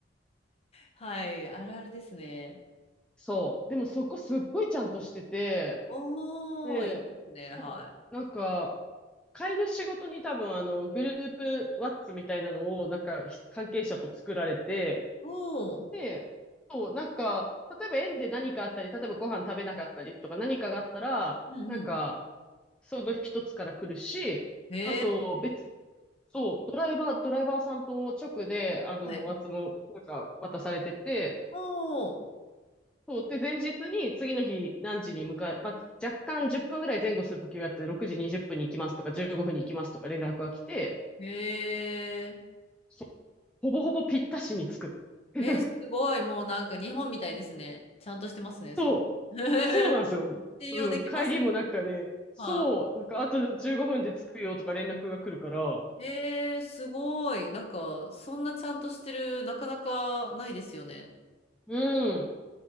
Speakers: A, on the left (about 35°); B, in the centre.
A: はい、あるあるですね。
B: そう。でもそこすっごいちゃんとしてて、
A: おー、
B: で、
A: いいですね。はい。
B: そう、なんか、飼い主ごとに多分あのグループワッツみたいなのをなんか関係者と作られて、
A: おー、
B: で、そう、なんか、例えば園で何かあったり、例えばご飯食べなかったりとか何かがあったら、
A: うんう
B: なんか、その一つから来るし、
A: ん。へえ。
B: あと別、そう、ドライバー、ドライバーさんと直で、あの、
A: はい。
B: ワッツもなんか渡されてて、
A: おー、
B: そう、で、前日に次の日何時に向かい、まあ、若干10分ぐらい前後するときをやって、6時20分に行きますとか、15分に行きますとか連絡が来て、
A: へえ。
B: そほぼほぼぴったしに着く。<laughs>
A: えー、すごい。もうなんか日本みたいですね。ちゃんとしてますね。その
B: そう。
A: <laughs>
B: そうなんですよ。
A: 信用できますね。
B: うん。帰りもなんかね、そう、
A: は
B: なんかあと15分で着くよとか連絡が来るから、
A: い。へえ、すごい。なんか、そんなちゃんとしてる、なかなかないですよね。
B: うん